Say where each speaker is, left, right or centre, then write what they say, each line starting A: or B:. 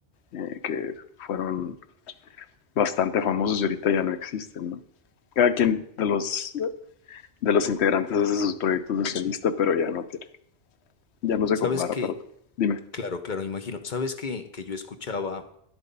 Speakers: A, on the left; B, on the left.
A: eh, que fueron bastante famosos y ahorita ya no existen, ¿no? Cada quien de los, de los integrantes hace sus proyectos de solista, pero ya no tiene, ya no se
B: ¿Sabes
A: compara,
B: que
A: perdón. Dime.
B: Claro, claro, me imagino. ¿Sabes que que yo escuchaba?